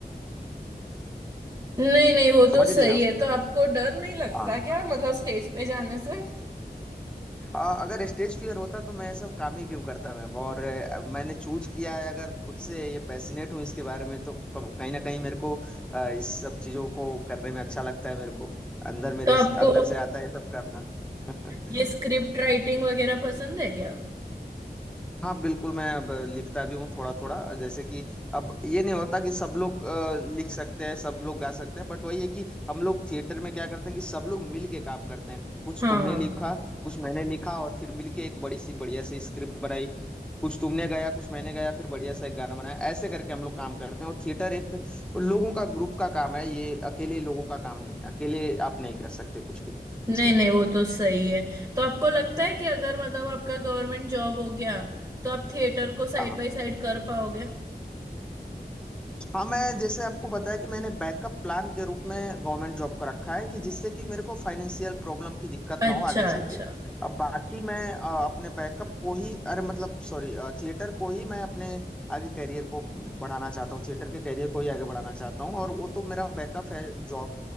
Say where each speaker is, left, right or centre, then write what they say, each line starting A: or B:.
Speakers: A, on the right (about 20°); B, in the centre.
A: नहीं नहीं वो
B: समझ
A: तो सही
B: रही हैं आप
A: है तो आपको डर नहीं लगता
B: हाँ
A: क्या मतलब स्टेज पे जाने से
B: अ, अगर स्टेज फियर होता तो मैं ये सब काम ही क्यों करता मैं और अ, मैंने चूज किया है अगर खुद से ये पैसिनेट हूँ इसके बारे में तो कम- कहीं ना कहीं मेरे को अ, इस सब चीजों को करने में अच्छा लगता है मेरे को अंदर मेरे
A: तो आपको
B: अंदर से आता है ये सब करना <laughs>
A: ये स्क्रिप्ट राइटिंग वगैरह पसंद है क्या
B: हाँ बिल्कुल मैं अब लिखता भी हूँ थोड़ा थोड़ा जैसे कि अब ये नहीं होता कि सब लोग अ, लिख सकते हैं सब लोग गा सकते हैं बट वही है कि हम लोग थिएटर में क्या करते हैं कि सब लोग मिल के काम करते हैं कुछ
A: हाँ
B: तुमने लिखा कुछ मैंने लिखा और फिर मिल के एक बड़ी सी बढ़िया सी स्क्रिप्ट बनाई कुछ तुमने गाया कुछ मैंने गाया फिर बढ़िया सा एक गाना बनाया ऐसे करके हम लोग काम करते हैं और थिएटर एक लोगों का ग्रुप का काम है ये अकेले लोगों का काम नहीं है अकेले आप नहीं कर सकते कुछ भी
A: नहीं
B: इसमें
A: नहीं वो तो सही है तो आपको लगता है कि अगर मतलब आपका गवर्नमेंट जॉब हो गया तो आप थिएटर को साइड
B: हाँ
A: बाय साइड कर पाओगे
B: हाँ मैं जैसे आपको बताया कि मैंने बैकअप प्लान के रूप में गवर्नमेंट जॉब को रखा है कि जिससे कि मेरे को फाइनेंशियल प्रॉब्लम की दिक्कत ना
A: अच्छा
B: हो आगे चल
A: अच्छा
B: के अब बाकी मैं अ, अपने बैकअप को ही अरे मतलब सॉरी थिएटर को ही मैं अपने आगे करियर को बढ़ाना चाहता हूँ थिएटर के करियर को ही आगे बढ़ाना चाहता हूँ और वो तो मेरा बैकअप है जॉब